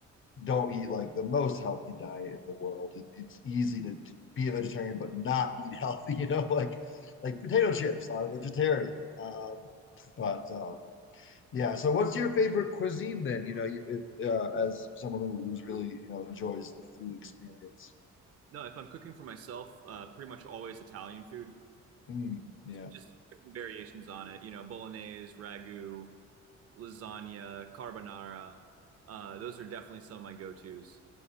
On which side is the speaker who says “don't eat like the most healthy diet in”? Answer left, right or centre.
Left